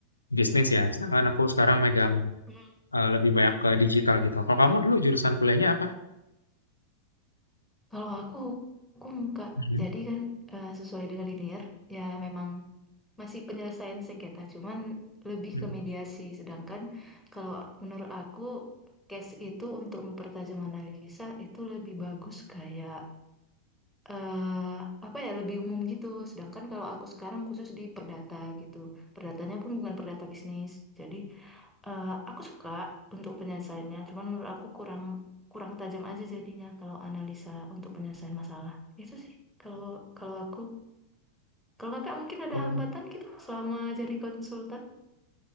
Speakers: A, on the left; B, in the centre.
A: bisnis ya. Sedangkan aku sekarang megang
B: Hmm.
A: eh, lebih banyak ke digital gitu. Kalau kamu dulu jurusan kuliahnya apa?
B: Kalau aku hukum Kak,
A: Mhm.
B: jadi kan eh, sesuai dengan linear ya memang masih penyelesaian sengketa, cuman lebih
A: Mhm.
B: ke mediasi. Sedangkan kalau menurut aku case itu untuk mempertajam analisa itu lebih bagus kayak eh apa ya lebih umum gitu. Sedangkan kalau aku sekarang khusus di perdata gitu, perdatanya pun bukan perdata bisnis, jadi Eh, aku suka untuk penyelesaiannya, cuman menurut aku kurang kurang tajam aja jadinya kalau analisa untuk penyelesaian masalah. Itu sih kalau kalau aku. Kalau kakak mungkin ada
A: Oh,
B: hambatan gitu selama jadi konsultan.